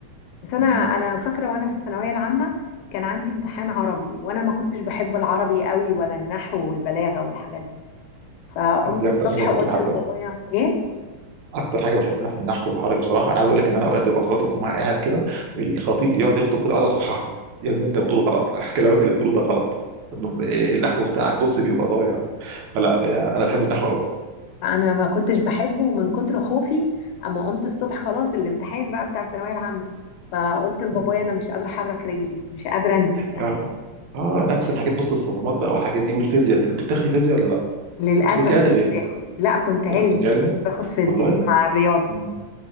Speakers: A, on the left; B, on the right.
A: بس انا
B: مم.
A: انا فاكرة وانا في الثانوية العامة كان عندي امتحان عربي وانا ما كنتش بحب العربي قوي ولا النحو والبلاغة والحاجات دي فقمت
B: انا دي
A: الصبح
B: اكتر حاجه
A: وقلت
B: كنت بحبها
A: لبابايا ايه
B: اكتر حاجه بحبها في النحو العربي بصراحه انا عايز اقول لك ان انا اوقات ببقى صلاه الجمعه قاعد كده الخطيب بيقعد يخطب كده اقعد اصحح له يا ابني انت بتقول غلط <laughs> كلامك اللي بتقوله ده غلط ب- النحو بتاعك بص بيبقى ضايع فلا يعني انا بحب النحو قوي
A: انا ما كنتش بحبه من كتر خوفي اما قمت الصبح خلاص الامتحان بقى بتاع الثانويه العامه فقلت
B: <laughs>
A: لبابايا انا مش قادره احرك رجلي مش قادره انزل يعني
B: اه آه، نفس الحاجات بص الصدمات بقى والحاجات دي والفيزياء انت كنت بتاخدي فيزياء ولا لا
A: للاسف
B: انت كنت ادب
A: كنت
B: ايه
A: باخد لا كنت علمي
B: ولا كنت علمي
A: كنت باخد فيزياء
B: والله
A: مع الرياضه
B: مم.